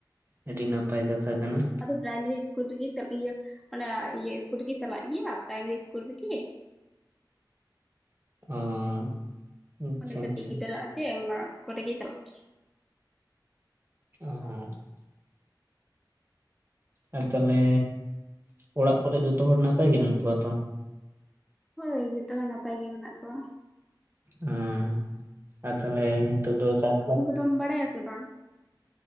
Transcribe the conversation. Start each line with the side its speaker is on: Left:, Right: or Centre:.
Right: ᱟᱹᱰᱤ ᱱᱟᱯᱟᱭ ᱠᱟᱛᱷᱟ ᱠᱟᱱᱟ
Centre: ᱟᱫᱚ ᱯᱨᱟᱭᱢᱤᱨᱤ ᱤᱥᱠᱩᱞ ᱨᱤᱜᱤ ᱤᱭᱟᱹ ᱚᱱᱟ ᱤᱭᱟᱹ ᱤᱥᱠᱩᱞ ᱨᱤᱜᱤ ᱪᱟᱞᱟᱜ ᱜᱤᱭᱟ ᱯᱨᱟᱭᱢᱤᱨᱤ ᱤᱥᱠᱩᱞ ᱨᱤᱜᱤ
Right: <unintelligible> ᱟᱪᱪᱷᱟ
Centre: ᱚᱱᱰᱮ ᱠᱟᱹᱴᱤᱡ
Right: ᱟᱪᱪᱷᱟ
Centre: ᱜᱤᱫᱽᱨᱟᱹ ᱡᱮ ᱚᱱᱟ ᱤᱥᱠᱩᱞ ᱨᱤᱜᱤ ᱪᱟᱞᱟᱜ
Right: <unintelligible> ᱟᱨ ᱛᱟᱦᱞᱮ ᱚᱲᱟᱜ ᱠᱚᱨᱮ ᱡᱚᱛᱚ ᱦᱚᱲ ᱱᱟᱯᱟᱭ ᱜᱮ ᱢᱮᱱᱟᱜ ᱠᱚᱣᱟ ᱛᱚ
Centre: ᱦᱳᱭ ᱡᱚᱛᱚ ᱦᱚᱲ ᱱᱟᱯᱟᱭ ᱜᱮ ᱢᱮᱱᱟᱜ ᱠᱚᱣᱟ
Right: ᱮᱸ ᱟᱨ ᱛᱟᱦᱞᱮ ᱱᱤᱛᱚᱜ ᱫᱚ ᱪᱟᱥ ᱵᱟᱥ
Centre: ᱛᱚᱢ ᱵᱟᱲᱟᱭᱟ ᱥᱮ ᱵᱟᱝ